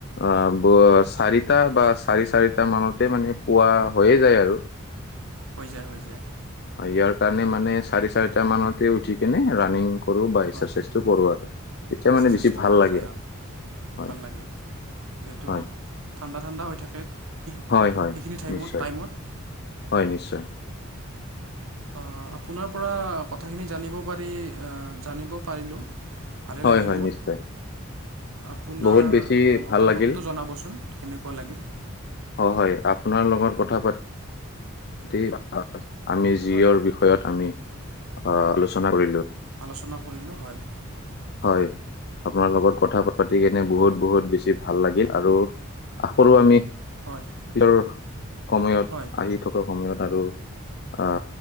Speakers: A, on the left; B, on the right.
A: অ ব চাৰিটা বা চাৰি চাৰিটা মানতে মানে পোৱা হৈয়ে যায় আৰু। <inaudible>
B: হৈ যায় হৈ যায়।
A: ইয়াৰ কাৰণে মানে চাৰি চাৰিটা মানতে উঠি কেনে ৰানিং কৰো বা এক্সাৰচাইজটো
B: হয়
A: কৰো আৰু। তেতিয়া
B: এক্সাৰচাইজটো
A: মানে বেছি ভাল
B: কৰা
A: লাগে
B: যায়
A: আৰু।
B: অ
A: হয়
B: ভাল লাগে যিহেতু
A: হয়
B: অলপ ঠান- বা ঠাণ্ডা হৈ থাকে। সেই-
A: হয় হয়
B: সেইখিনি টাইমত
A: নিশ্চয়
B: টাইমত
A: হয় নিশ্চয়।
B: অ আপোনাৰ পৰা কথাখিনি জানিব পাৰি এ জানিব পাৰিলোঁ। ভালেই
A: হয়
B: লাগিল
A: হয়
B: মোৰ
A: নিশ্চয়।
B: আপোনাৰ
A: বহুত বেছি
B: মতামতটো
A: ভাল লাগিল
B: জনাবচোন কেনেকুৱা লাগিল।
A: হয় হয় আপ- আপোনাৰ লগত কথা পাতি আমি
B: ৰাতি
A: যিয়ৰ
B: হয়
A: বিষয়ত আমি। আ আলোচনা কৰিলোঁ।
B: আলোচনা কৰিলোঁ হয়।
A: হয় আপোনাৰ লগত কথা পাত- গতিকেনে বহুত বহুত বেছি ভাল লাগিল আৰু আশা কৰোঁ আমি ইয়ৰ
B: হয়
A: সময়ত
B: হয়
A: আহি থকা সময়ত। আৰু আ